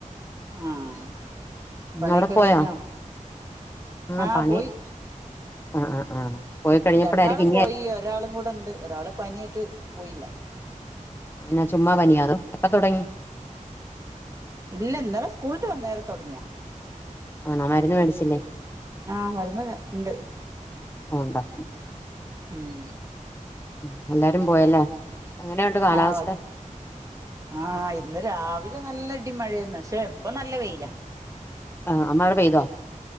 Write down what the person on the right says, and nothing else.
ആഹ് പണിയൊക്കെ
കഴിഞ്ഞോ
ആഹ്
പോയി
രണ്ടാള്
പോയി ഒ രാളും കൂടെണ്ട് ഒരാള് പനിയായിട്ട് പോയില്ല
ഇല്ല ഇന്നലെ സ്കൂളിട്ട് വന്നാരെ തുടങ്ങിയാ
ആഹ് മരുന്ന് ണ്ട്
ഉം
ആഹ് ഓ ആഹ് ഇന്ന് രാവിലെ നല്ല ഇടിംമഴായിര്ന്ന് പക്ഷേ ഇപ്പൊ നല്ല വെയില